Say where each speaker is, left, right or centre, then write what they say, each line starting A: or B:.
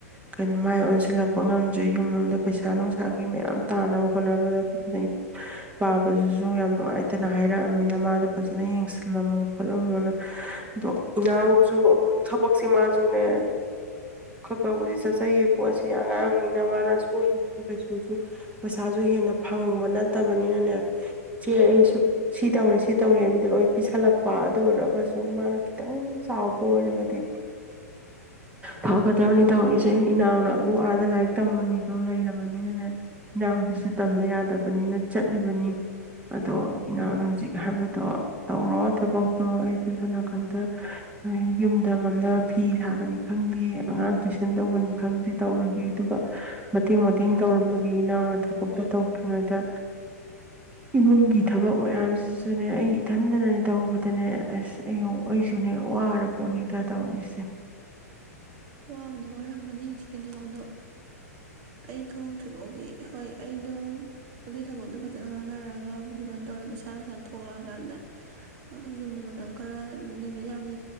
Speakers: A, on the right (about 15°); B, on the right (about 40°).
A: ꯀꯩꯅꯣ ꯃꯥꯏ ꯑꯣꯟꯁꯤꯜꯂꯛꯄ ꯃꯃꯥꯡ ꯆꯍꯤꯒꯤ ꯃꯣꯜꯗ ꯄꯩꯁꯥ ꯅꯨꯡꯁꯥꯒꯤ ꯃꯌꯥꯝ ꯇꯥꯅꯕ ꯍꯣꯠꯅꯕꯗ ꯑꯩꯈꯣꯏꯗꯪ ꯄꯥꯕꯗꯨꯁꯨ ꯌꯥꯝ ꯅꯨꯡꯉꯥꯏꯇꯦ ꯅ ꯍꯥꯏꯔꯛꯑꯃꯤꯅ ꯃꯥꯗ ꯐꯖ ꯐꯖꯅ ꯌꯦꯡꯁꯤꯜꯂꯝꯃꯣ ꯈꯣꯠꯂꯝꯃꯣꯅ ꯑꯗꯣ ꯏꯅꯥꯎꯁꯨ ꯑꯃꯨꯛ ꯊꯕꯛꯁꯦ ꯃꯥꯁꯨꯅꯦ ꯈꯕꯨꯗꯤ ꯆꯠꯆꯩꯌꯦ ꯄꯣꯠꯁꯤ ꯑꯉꯥꯡꯅꯤꯅ ꯃꯥꯅꯁꯨ <unintelligible> ꯀꯩꯁꯨ ꯄꯩꯁꯥꯁꯨ ꯍꯦꯟꯅ ꯐꯪꯕ ꯅꯠꯇꯕꯅꯤꯅꯅꯦ ꯏꯆꯦ ꯑꯩꯁꯨ ꯁꯤ ꯇꯧꯔꯦ ꯁꯤ ꯇꯧꯔꯦ ꯂꯣꯏ ꯄꯤꯁꯜꯂꯛꯄ ꯑꯗꯨ ꯑꯣꯏꯔꯒꯁꯨ ꯃꯥꯅ ꯈꯤꯇꯪ ꯆꯥꯎꯕ ꯑꯣꯏꯔꯒꯗꯤ ꯐ ꯀꯗꯕꯅꯤ ꯇꯧꯔꯤꯁꯦ ꯏꯅꯥꯎꯅ ꯑꯕꯨꯛ ꯑꯥꯗ ꯂꯥꯏꯔꯤꯛ ꯇꯝꯃꯅꯤꯗꯣ ꯂꯩꯔꯕꯅꯤꯅꯅꯦ ꯅꯍꯎꯗꯤꯁꯨ ꯇꯝꯗ ꯌꯥꯗꯕꯅꯤꯅ ꯆꯠꯂꯤꯕꯅꯤ ꯑꯗꯣ ꯏꯅꯥꯎꯅ ꯍꯧꯖꯤꯛ ꯍꯥꯏꯕꯗꯣ ꯇꯧꯔꯣ ꯊꯕꯛꯇꯣ ꯑꯩ ꯆꯨꯁꯂꯀꯥꯟꯗ ꯌꯨꯝꯗ ꯉꯝꯅꯕ ꯐꯤ ꯁꯥꯕꯅꯤ ꯈꯪꯗꯦ ꯑꯉꯥꯡ ꯇꯨꯏꯁꯟ ꯇꯧꯕꯅꯤ ꯈꯪꯗꯦ ꯇꯧꯔꯒꯦ ꯑꯗꯨꯒ ꯃꯇꯦꯡ ꯃꯇꯦꯡ ꯇꯧꯔꯝꯕ ꯏꯅꯥꯎꯅ ꯊꯕꯛꯇ ꯇꯧꯗ꯭ꯔꯤꯉꯩꯗ ꯏꯃꯨꯡꯒꯤ ꯊꯕꯛ ꯃꯌꯥꯝꯁꯤ ꯑꯗꯨꯅꯦ ꯑꯩ ꯏꯊꯟꯗꯅꯅꯦ ꯇꯧꯕꯗꯅꯦ ꯑꯁ ꯑꯩ ꯑꯩꯁꯨꯅꯦ ꯋꯥꯔꯕꯣꯠꯅꯤꯗ ꯇꯧꯔꯤꯁꯦ
B: ꯋꯥꯕꯗ ꯋꯥꯔꯝꯃꯅꯤ ꯏꯆꯦꯗꯣ ꯑꯗꯣ ꯑꯩ ꯊꯣꯛꯂꯛꯇ꯭ꯔꯤꯐꯥꯎꯗꯤ ꯍꯣꯏ ꯑꯩꯗꯣ ꯑꯗꯨꯒꯤ ꯊꯕꯛꯇꯣ ꯐꯖꯅ ꯉꯥꯡꯅꯔꯒꯕꯨꯗꯤ ꯀꯩꯅꯣ ꯇꯧꯔꯒ ꯄꯩꯁꯥ ꯅꯨꯡꯁꯥ ꯊꯣꯛꯂꯛꯑꯀꯥꯟꯗ ꯌꯨꯝꯗ ꯃꯇꯝ ꯈꯔ ꯅꯨꯃꯤꯠ ꯌꯥꯝꯅꯤ